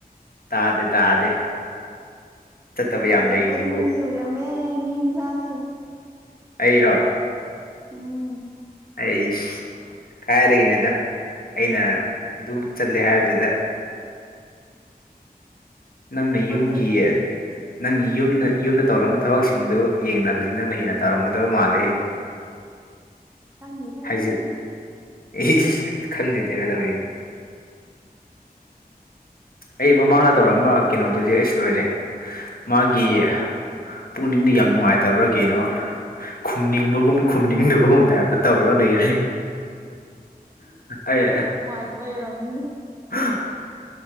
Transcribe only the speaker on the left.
ꯇꯥꯗꯦ ꯇꯥꯗꯦ ꯆꯠꯇꯕ
ꯂꯩꯔꯤꯁꯤꯕꯨ
ꯑꯩꯔꯣ
ꯑꯩ ꯀꯥꯏꯔꯏꯅꯤꯗ ꯑꯩꯅ ꯑꯗꯨꯝ ꯆꯠꯂꯦ ꯍꯥꯏꯕꯗꯨꯗ ꯅꯪꯅ
ꯌꯨꯝꯒꯤꯌꯦ
ꯅꯪꯒꯤ ꯌꯨꯝꯅ ꯌꯨꯝꯗ ꯇꯧꯔꯝꯕ ꯊꯕꯛꯁꯤꯡꯗꯣ ꯌꯦꯡꯅꯔꯗꯤ ꯅꯪꯅ ꯍꯦꯟꯅ ꯇꯧꯔꯝꯒꯗꯕ ꯃꯥꯜꯂꯦ
ꯍꯥꯏꯖꯤꯠ
ꯏꯁ ꯈꯪꯗꯦꯗꯒ ꯇꯧꯔꯛꯑꯦ ꯑꯩ ꯃꯃꯥꯡꯗ ꯇꯧꯔꯝꯕ ꯀꯩꯅꯣꯗꯨꯗꯤ ꯑꯩꯁ ꯂꯣꯏꯔꯦ ꯃꯥꯒꯤ
ꯄꯨꯛꯅꯤꯡꯗ ꯌꯥꯝ ꯅꯨꯡꯉꯥꯏꯇꯕ꯭ꯔꯥ ꯀꯩꯅꯣ ꯈꯨꯝꯅꯤꯡꯕꯒꯨꯝ ꯈꯨꯝꯅꯤꯡꯗꯕꯒꯨꯝ ꯇꯥꯏꯞꯇ ꯇꯧꯔ ꯂꯩꯔꯦ ꯑꯩ
ꯍꯥ